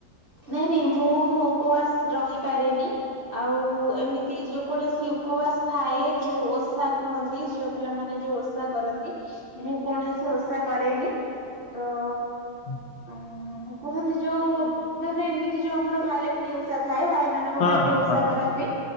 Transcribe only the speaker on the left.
ହୁଁ।
ହଁ
ହଁ
ହଁ